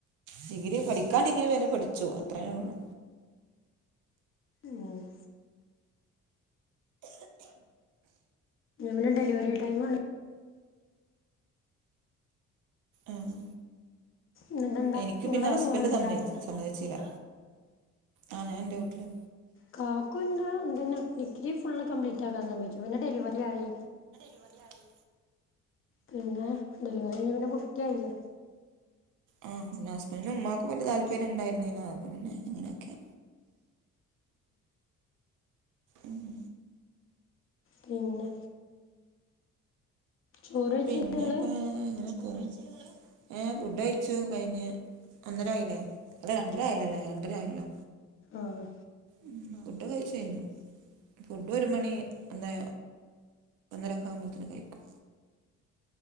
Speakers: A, on the right; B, on the left.
A: ഡിഗ്രി പഠിക്കാൻ ഡിഗ്രി വരെ പഠിച്ചു അത്രേനൊ ള്ളൂ
B: ഉം. ഇത് ഡെലിവറി ടൈം ആണ്
A: ആഹ്
B: എന്നിട്ട് എന്താ
A: എനിക്ക്
B: നിങ്ങൾ
A: പിന്നെ ഹസ്ബൻഡ്
B: നിങ്ങളെ വീട്ടിലാവില്ലേ
A: സമ്മെച് സമ്മതിച്ചില്ല ആഹ് ഞാൻ എന്റ വീട്ട്ല്
B: കാക്കു ഇന്നേ ഇത് ന് ഡിഗ്രി ഫുള്ള് കംപ്ലീറ്റ് ആക്കാം സമ്മേച്ച് പിന്നെ ഡെലിവറി ആയി
A: ഡെലിവറി ആയി
B: പിന്നാ ഡെലിവറി കയിഞ്ഞാ പിന്ന കുട്ടി ആയില്ലേ
A: ഉം പിന്നെ ഹസ്ബൻഡിന്റ ഉമ്മാക്കു വല്യ താല്പര്യം ഇണ്ടായ്ര്ന്നീല്ല പിന്നെ ഇങ്ങനെയൊക്കെ ഉ ഉം
B: പിന്നെ ചോറ് വെച്ചില്ലേ
A: പിന്നെപ്പ
B: നിങ്ങള്
A: ഇങ്ങനെ പോന്ന് ഏഹ് ഫുഡ് കയ്ച്ചു കയിഞ്ഞ് ഒന്നര ആയില്ലേ അല്ല രണ്ടര ആയല്ലോ അല്ലേ രണ്ടര ആയല്ലോ
B: ആഹ്
A: ഉം ഫുഡ് കയ്ച്ച് കയിഞ്ഞു ഫുഡ് ഒരു മണി ഒന്നെ രക്ക ആകുമ്പത്തെന് കയിക്കും